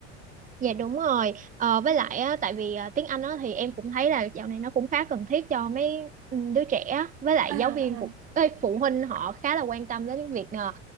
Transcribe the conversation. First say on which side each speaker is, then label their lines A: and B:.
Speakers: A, on the right; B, on the right.
A: Dạ đúng rồi. Ờ, với
B: Ừ.
A: lại á, tại vì à, tiếng Anh á, thì em cũng thấy là dạo này nó cũng khá cần thiết cho mấy ừ, đứa trẻ á. với lại
B: À, à.
A: giáo viên cũng ê, phụ huynh họ khá là quan tâm đến việc à,